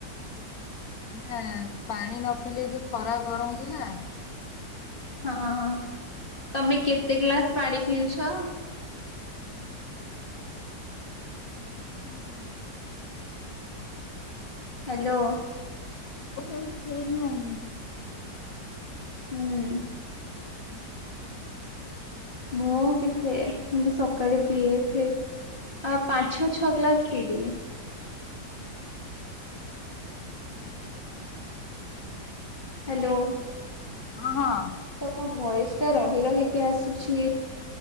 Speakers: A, on the left (about 65°); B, on the left (about 35°).
A: ନା ପାଣି ନ ପିଇଲେ ଯୋଉ ଖରା ଗରମକୁ ନା
B: ହଁ ହଁ। ତମେ କେତେ ଗ୍ଲାସ ପାଣି ପିଉଛ?
A: ଏଇଠି ନାଇଁ।
B: ହ୍ୟାଲୋ।
A: ସେମିତି ଠିକ୍ ନାହିଁ।
B: ହୁଁ।
A: ଆମେ
B: ମୁଁ କେତେ ମାନେ ସକାଳେ ପିଏ ଫ ଆ ପାଞ୍ଚ ଛଅ ଛଅ ଗ୍ଲାସ ପୀଦିଏ। ହାଲୋ।
A: ହଁ ହଁ।
B: ତମ ଭଏସ୍ ଟା ରହି ରହିକି ଆସୁଛି।